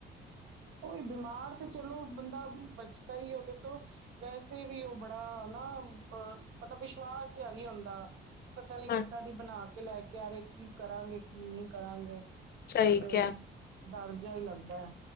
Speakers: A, on the right; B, on the left.
A: ਹੀ ਬਿਮਾਰ ਤੇ ਚਲੋ ਬੰਦਾ ਬਚਦਾ ਹੀ ਉਹਦੇ ਤੋਂ ਵੈਸੇ ਵੀ ਉਹ ਬੜਾ ਨਾ ਅ ਮਤਲਬ ਵਿਸ਼ਵਾਸ ਜਿਹਾ ਨਹੀਂ ਹੁੰਦਾ ਕਿ ਪਤਾ ਨੀ ਕਿੱਦਾਂ
B: ਹਾਂ
A: ਦੀ ਬਣਾ ਕੇ ਲੈ ਕੇ ਆ ਰਹੇ ਕੀ ਕਰਾਂਗੇ ਕੀ ਨਹੀਂ ਕਰਾਂਗੇ
B: ਸਹੀ
A: ਤੇ
B: ਕਿਹਾ ਹੈ
A: ਡਰ ਜਿਹਾ ਹੀ ਲੱਗਦਾ ਹੈ